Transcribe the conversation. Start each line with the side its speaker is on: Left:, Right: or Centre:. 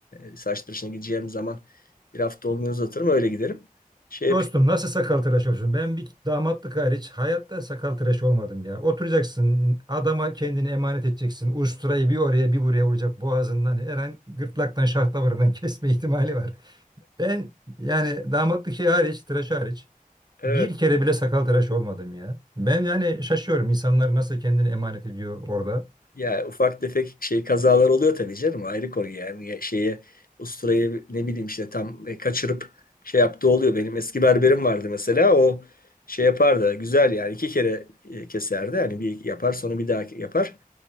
Left: e, saç tıraşına gideceğim zaman bir hafta olmuyor uzatırım öyle giderim. Şey
Right: Dostum nasıl sakal tıraş olsun? Ben bir damatlık hariç hayatta sakal tıraş olmadım ya. Oturacaksın adama kendini emanet edeceksin. Usturayı bir oraya bir buraya vuracak boğazından her an gırtlaktan şah damarından <laughs> kesme ihtimali var. Ben yani damatlık şey hariç tıraş hariç
Left: yapıyorum.
Right: bir kere bile sakal tıraş olmadım ya. Ben yani şaşıyorum insanlar nasıl kendini emanet ediyor orada.
Left: Ya ufak tefek şey kazalar oluyor tabii canım ayrı konu yani Ya şeye usturayı ne bileyim işte tam e, kaçırıp şey yaptığı oluyor. Benim eski berberim vardı mesela o şey yapardı güzel yani iki kere e, keserdi hani bir yapar sonra bir daha yapar.